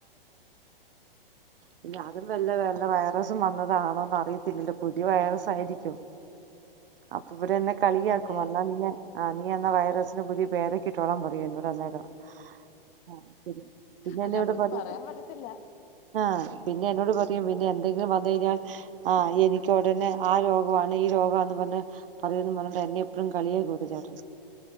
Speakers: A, on the right; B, on the left.
A: <unintelligible> ഇല്ല അതും വല്ല വല്ല വൈറസും വന്നതാണോന്ന് അറിയത്തില്ലല്ല പുതിയ വൈറസായിരിക്കും അപ്പൊ ഇവിടെ എന്നെ കളി
B: അതെ
A: ആക്കും എന്നാ നീ ആ നി എന്ന ആ വൈറസിന് പുതിയ പേരൊക്കിട്ടോളാം പറയും എന്നോട് അന്നേരം ആ ശരി പിന്നെ
B: അല്ല
A: എന്നെ
B: നമ്മക്ക്
A: ഇവിടെ പറയും
B: പറയാൻ പറ്റത്തില്ല
A: ആ പിന്നെ എന്നോട് പറയും പിന്നെ എന്തെങ്കിലും വന്ന കഴിഞ്ഞാൽ ആ എനിക്ക് ഉടനെ ആ രോഗമാണ് ഈ രോഗാന്ന് പറഞ്ഞു പറയന്ന് പറഞ്ഞ് എന്നെ എപ്പോഴും കളിയാക്കും ചേട്ടൻ